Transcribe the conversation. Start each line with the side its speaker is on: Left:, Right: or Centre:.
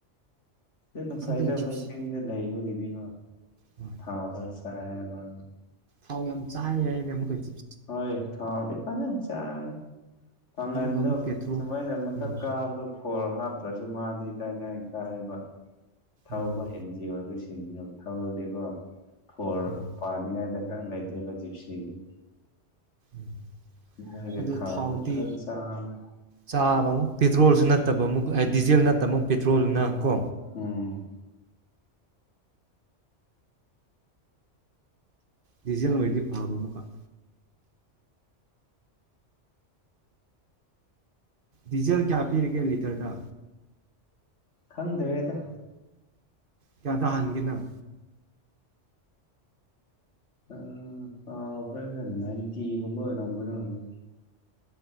Left: ꯑꯗꯨꯅ ꯐꯩꯗ
Right: ꯑꯗꯨ
Left: ꯑꯩꯈꯣꯏ
Right: ꯖꯤꯞꯁꯤ
Left: ꯆꯤꯡꯗ ꯂꯩꯕꯒꯤꯗꯤꯀꯣ
Right: ꯍꯣꯏ
Left: ꯊꯥꯎ ꯈꯔ ꯆꯥꯏꯕꯅ
Right: ꯍꯥꯎ ꯌꯥꯝ ꯆꯍꯥꯏꯦ ꯍꯥꯏ ꯑꯃꯛ ꯀꯩꯦ
Left: ꯍꯣꯏ ꯊꯥꯎꯗꯤꯄꯗ ꯆꯔꯦ ꯄꯥꯡꯒꯟꯗꯣ
Right: ꯑꯗꯨꯒ ꯑꯃꯨꯛ ꯄꯦꯇ꯭ꯔꯣꯜ
Left: ꯁꯃꯥꯏꯅ ꯃꯊꯛ
Right: ꯎꯝ
Left: ꯀꯥꯕꯗꯣ ꯐꯣꯣꯔ ꯍꯥꯞꯇ꯭ꯔꯁꯨ ꯖꯃꯥꯗꯤꯗꯥꯏ ꯀꯥꯏꯕ ꯊꯧꯕ
Right: ꯎꯝ
Left: ꯑꯦꯟ ꯖꯤ ꯑꯣꯏꯕꯁꯤꯡꯅꯦꯕ ꯊꯧꯔꯗꯤꯀꯣ ꯐꯣꯔ
Right: ꯎꯝ
Left: ꯄꯥꯅꯤꯉꯥꯏ ꯗꯔꯀꯥꯔ ꯂꯩꯇꯣꯏꯕ ꯖꯤꯞꯁꯤꯗꯤ
Right: ꯎꯝ
Left: ꯃꯣꯏꯒꯤ
Right: ꯑꯗꯨ
Left: ꯊꯥꯎꯗꯣ
Right: ꯊꯥꯎꯗꯤ
Left: ꯐꯖꯅ ꯆꯥꯕꯅꯦ
Right: ꯆꯥꯕ ꯑꯃꯛ ꯄꯦꯇ꯭ꯔꯣꯜꯁꯨ ꯅꯠꯇꯕ ꯑꯃꯨꯛ ꯗꯤꯖꯜꯅ ꯇꯠꯇꯕ ꯄꯦꯇ꯭ꯔꯣꯜꯅ ꯀꯣ
Left: ꯎꯝ
Right: ꯗꯤꯖꯦꯜ ꯑꯣꯏꯗꯤ ꯐꯕ ꯑꯃꯨꯀꯛ ꯗꯤꯖꯦꯜ ꯀꯌꯥ ꯄꯤꯔꯒꯦ ꯂꯤꯇꯔꯗꯥ
Left: ꯈꯪꯗꯥꯔꯦꯗ
Right: ꯀꯌꯥꯗ ꯍꯥꯟꯒꯦ ꯅꯪ
Left: ꯑ ꯀꯥꯎꯈꯔꯦꯗ ꯅꯥꯏꯟꯇꯤ ꯒꯨꯝꯕ ꯑꯣꯏꯔꯝꯒꯗꯔꯥ ꯈꯪꯗꯦ